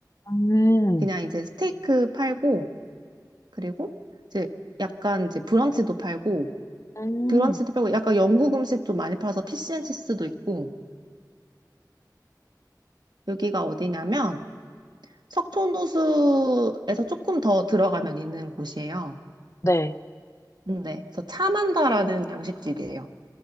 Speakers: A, on the left (about 40°); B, on the right (about 75°).
A: 음,
B: 그냥 이제 스테이크 팔고, 그리고 이제 약간 이제 브런치도 팔고,
A: 음,
B: 브런치도 팔고, 약간 영국 음식 좀 많이 팔아서 피시앤치스도 있고, 여기가 어디냐면 석촌호수에서 조금 더 들어가면 있는 곳이에요.
A: 네.
B: 네. 그래서 차만다라는 양식집이에요.